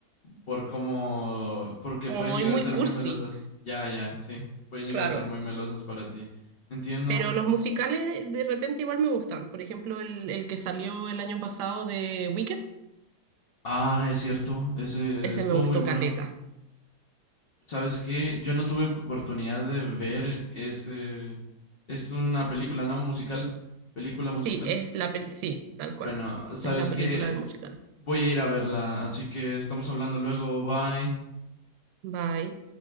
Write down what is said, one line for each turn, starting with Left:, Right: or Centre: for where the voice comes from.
Left: por cómo
Right: <laughs>
Left: porque
Right: como
Left: pueden
Right: muy,
Left: llegar
Right: muy
Left: a ser
Right: cursi,
Left: muy melosas. Ya, ya, sí. Pueden llegar
Right: claro.
Left: a ser muy melosas para ti. Entiendo.
Right: Pero los musicales de repente igual me gustan. Por ejemplo, el, el que salió el año pasado de Wicked,
Left: Ah, es cierto. Ese
Right: ese
Left: estuvo
Right: me gustó
Left: muy bueno.
Right: caleta.
Left: ¿Sabes qué? Yo no tuve oportunidad de ver ese... Es una película, ¿no? Musical. Película musical.
Right: Sí, es la pel- sí, tal cual.
Left: Bueno, ¿sabes
Right: Es la película
Left: qué?
Right: del musical.
Left: Voy a ir a verla, así que estamos hablando luego. Bye.
Right: Bye.